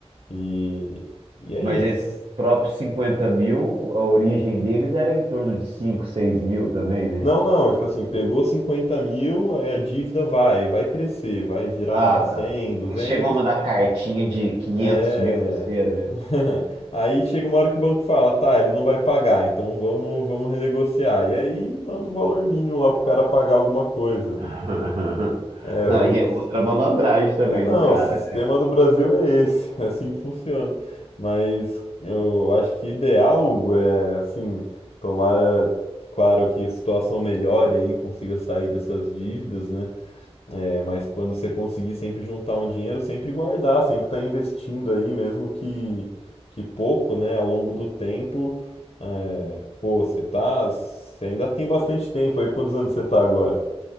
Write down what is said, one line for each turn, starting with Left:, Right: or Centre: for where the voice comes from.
Left: E, e é
Right: mas
Left: isso.
Right: esses próprios 50 mil, a origem deles era em torno de 5, 6 mil também, né?
Left: Não, não, tipo assim, pegou 50 mil, aí a dívida vai, vai crescer, vai virar
Right: Ah, tá.
Left: 100, 200.
Right: Eles chegam a mandar cartinha de quinhentos
Left: É.
Right: mil pra você, né?
Left: <laughs> Aí chega uma hora que o banco fala, tá, ele não vai pagar, então vamos, vamos renegociar. E aí manda o valor mínimo lá pro cara pagar alguma coisa.
Right: <laughs>
Left: né? É,
Right: Não,
Left: o-
Right: e é outra malandragem também
Left: É, não,
Right: do cara.
Left: o sistema do Brasil é esse, <laughs> é assim que funciona. Mas eu acho que ideal, Hugo, é assim, tomara, claro que a situação melhore aí, consiga sair dessas dívidas, né? É, mas quando você conseguir sempre juntar um dinheiro, sempre guardar, sempre estar investindo aí, mesmo que, que pouco, né? Ao longo do tempo, é, pô, você tá, você ainda tem bastante tempo aí, quantos anos você tá agora?